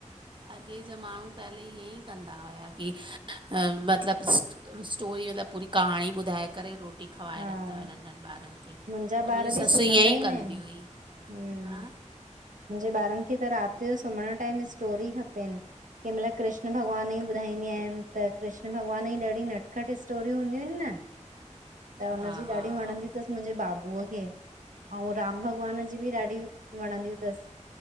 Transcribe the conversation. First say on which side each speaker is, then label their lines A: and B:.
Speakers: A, on the right; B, on the right.
A: अॻे जा माण्हूं पहले ईह्येई कंदा हुया की मतिलबु स्टोरी मतिलबु पूरी कहाणी ॿुधाए करे रोटी रोटी खवाए
B: हा
A: रखंदा हुआ नंढनि ॿारनि खे,
B: मुंहिंजा
A: त
B: ॿार
A: मुंहिंजी
B: बि
A: ससु
B: सुम्हंदा
A: ईअं ई
B: न
A: कंदी
B: आहिनि
A: हुई।
B: हम्म,
A: हा
B: मुंहिंजे ॿारनि खे त राति जो सुम्हण टाइम स्टोरी खपेनि कंहिं महिल कृष्ण भॻवान जी ॿुधाईंदी आहियान त कृष्ण भॻवान जी ॾाढी नटखटि स्टोरियूं हूंदियूं हिनि न त हुनजी
A: हा
B: ॾाढियुं वणंदियुं तसि मुंहिंजे बाबूअ खे अंउं राम भॻवान जी बि ॾाढी वणंदियूं तसि।